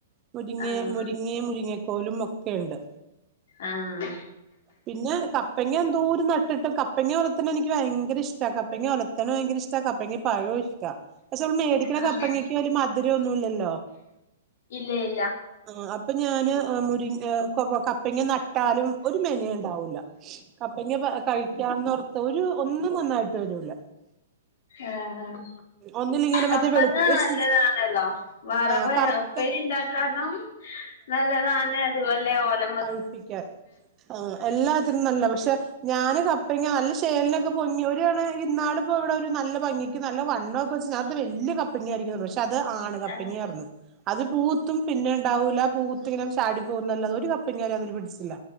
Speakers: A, on the right; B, on the left.
A: മുരിങ്ങെ
B: ആഹ്
A: മുരിങ്ങെ മുരിങ്ങെ കോലും ഒക്കെയുണ്ട്.
B: ആഹ്
A: പിന്നെ കപ്പങ്ങ എന്തൂരം നട്ടിട്ടും കപ്പങ്ങ വളർത്ത്ണനിക്ക് ഭയങ്കര ഇഷ്ട കപ്പങ്ങല ത്തണ് ഭയങ്കര ഇഷ്ട കപ്പങ്ങ പഴോ ഇഷ്ട പക്ഷെ നമ്മള് മേടിക്ക്ണ
B: ആഹ്
A: കപ്പങ്ങക്ക് ഒരു മധുരൊന്നുല്ല
B: ഇല്ല ഇല്ല
A: ആഹ് അപ്പ ഞാന് മുരി കപ്പങ്ങ നട്ടാലും ഒരു മെനേ ഉണ്ടാവൂല്ല കപ്പങ്ങ പ കഴി ക്യാന്നോർത്ത് ഒരു ഒന്നും നന്നായിട്ട് വരൂല
B: ആഹ്
A: ഒന്നിലിങ്ങനെ
B: കപ്പങ്ങ
A: മറ്റേ വെളു ഒരു
B: നല്ലതാണല്ലോ? വറവ്
A: ആ കറുത്ത
B: ഉപ്പേരി ഇണ്ടാക്കാനും നല്ലതാണ് അതുപോലെ ഒലം
A: അഴുപ്പിക്കാൻ ആഹ് എല്ലാത്തിനും നല്ല പക്ഷെ ഞാന് കപ്പങ്ങ നല്ല ശേലിനൊക്കെ പൊങ്ങി ഒയാണ് ഇന്നാളിപ്പോ ഇവിടെ ഒരു നല്ല ഭംഗി ക്ക് നല്ല വണ്ണക്കെ വെച്ച് വല്ല്യ കപ്പങ്ങായിരിക്കുന്നു പക്ഷെ അത് ആണ് കപ്പങ്ങിറന്നു
B: ഏഹ്
A: അത് പൂത്തും പിന്നെ ഇണ്ടാവൂല പൂത്തിങ്ങനെ ചാടി പോകുന്നല്ലതെ ഒരു ക പ്പങ്ങ അതില് പിടിച്ചില്ല